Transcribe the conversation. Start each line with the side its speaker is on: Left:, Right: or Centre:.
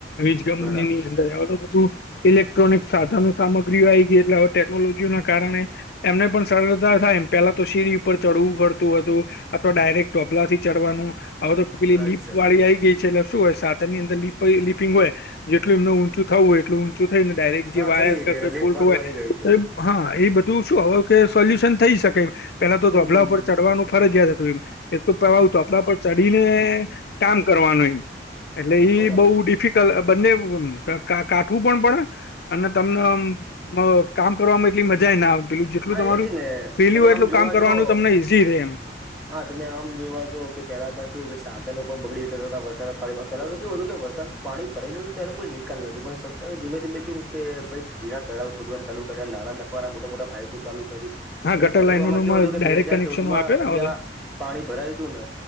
Left: વીજ કંપની
Centre: બરાબર
Left: અંદ
Centre: છે
Left: ઇલેક્ટ્રોનિક સાધનનો સામગ્રી આવી ગઈ એટલે હવે ટેકનોલોજી ના કારણે એમને પણ સરળતા થાય એમ પેલા તો શીરી ઉપર ચડવું પડતું હતું અથવા ડાયરેક્ટ ટબલા થી ચડવાનું હવે તો પેલી
Centre: અચ્છા
Left: લીપ વાળી આઈ ગઈ છે એટલે શું હોય સા ની અર લીપિંગ હોય જેટલ એમનું ઊંચું થવું હોય એટલ થયને ડાયરેક્ટ
Centre: હા
Left: જે વાયર
Centre: થઈ ગઈ
Left: કોઈ
Centre: અલીફ
Left: ફોલટ
Centre: વારું
Left: હોય
Centre: આવી ગયું
Left: તો એ
Centre: છે
Left: હા એ બધું શું હવે કે સોલ્યુશન થઈ શકે પેલા તો
Centre: હમ
Left: ધોભલા
Centre: હમ
Left: ઉપર
Centre: હમ
Left: ચડવાનું ફરજિયાત હતું એમ એક તો પવા આવ હત આપણા પર ચડીને કામ કરવાનું એમ એટલે ઈ
Centre: બરાબર
Left: બઉ ડિફિકલ્ટ
Centre: છે
Left: બંને કાઠવું પણ પડે અને તમને હ કામ કરવામાં એટલી મજાએ ના આવે પેલું જેટલું
Centre: હા
Left: તમારું
Centre: એજ ને
Left: ફ્રીલી
Centre: તમે
Left: હોય
Centre: આમ
Left: એટલું
Centre: જોવા
Left: કામ કરવાનું
Centre: જો
Left: તમને ઈઝી રહેે એમ
Centre: હા તમે આમ જોવા જો કે પેલા પણ કેવુંય કે સાધનો પણ બગડી જતા હતા વરસદના પાણીમા પેલા તો કેયું હતું કેમ વરસાદ પાણી ભરાઈ જ તો એનો કોઈ નિકાલ નતું પણ સરકારે ધીમે ધીમે કે કે ભાઈ જીણા તળાવ ખોદવાનું ચાલુ કર્યા નાના મોટા મોટા પાઈપો ચાલુ કરી એટલે
Left: હા ગટર
Centre: પેલા
Left: લાઈનોમાં
Centre: તો અમારે કેવું હતું કે
Left: ડાયરેક્ટ
Centre: બે હાજાર
Left: કનેક્શનો
Centre: ચૌદ માં
Left: આપે
Centre: અહિયાં
Left: ને હવે તો
Centre: પાણી ભરાયું હતું ને